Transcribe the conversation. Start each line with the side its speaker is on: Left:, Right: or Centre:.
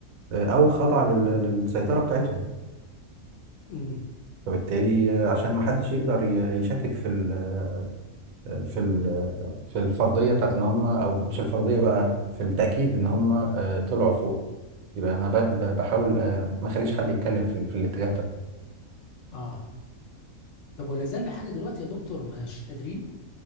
Right: آه، او خضع لل- للسيطره بتاعتهم
Left: امم
Right: فبالتالي آه، عشان ما حدش يقدر ي- يشكك في ال آه، في ال في الفرضيه بتاعت ان هم او مش الفرضيه بقى في التاكيد ان هم آه، طلعوا فوق يبقى انا ب- ب- بحاول آه، ما اخليش حد يتكلم في ال- في الاتجاه ده
Left: اه طب ولا زال لحد دلوقتي يا دكتور مش قادرين